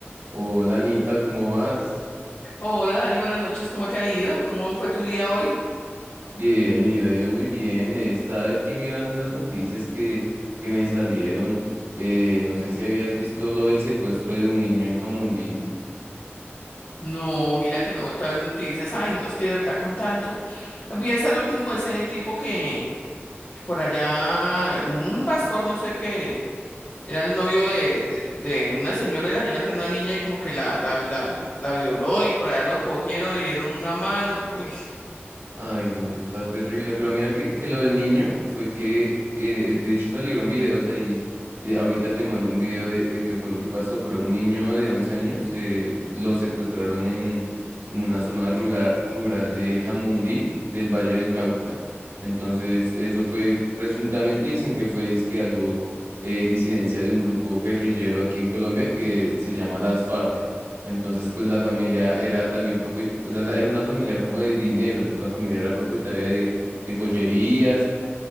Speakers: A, on the right (about 80°); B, on the left (about 60°).
A: Hola Anita, ¿cómo vas?
B: Hola Dani, buenas noches, ¿cómo te ha ido? ¿Cómo fue tu día hoy?
A: Bien, mi día vida, yo muy bien. Estaba aquí mirando unas noticias que, que me salieron. Eh, no sé si habías visto lo del secuestro de un niño en Jamundí.
B: No, mira que no he vuelto a ver noticias. Ay, no, es que de verdad con tanto. Vi hasta el último ese tipo que, que por allá, un pastor, no sé qué, era el novio de, de, de una señora y la señora tenía una niña y como que la, la, la, la, la violó y por allá lo cogieron, le dieron una mano. Uy,
A: Ay, no, eso está terrible. Pero mira que, que lo del niño fue que, eh, de hecho, salieron videos ahí. eh, ahorita te mando un video de, de qué fue lo que pasó, pero un niño de 11 años eh, lo secuestraron en, en una zona rural, rural de Jamundí, del Valle del Cauca. Entonces, eso fue, presuntamente dicen que fue dizque algo, eh, disidencia de un grupo guerrillero aquí en Colombia que se llama las FARC. Entonces, pues la familia era también propietaria, o sea, era una familia como de dinero, entonces la familia era propietaria de, de joyerías,